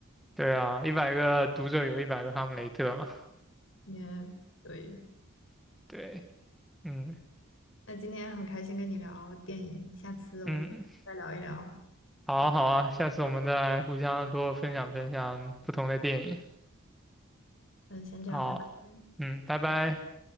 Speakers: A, in the centre; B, on the left.
A: 对啊，一百个读者有一百个哈姆雷特嘛。
B: 也对。
A: 对，嗯
B: 那今天很开心跟你聊电影，下次我们再聊一聊
A: 嗯，好啊好啊，
B: 别，
A: 下次我们再互相多分享分享不同的电影。
B: 嗯，先这样，
A: 好，
B: 拜拜。
A: 嗯，拜拜。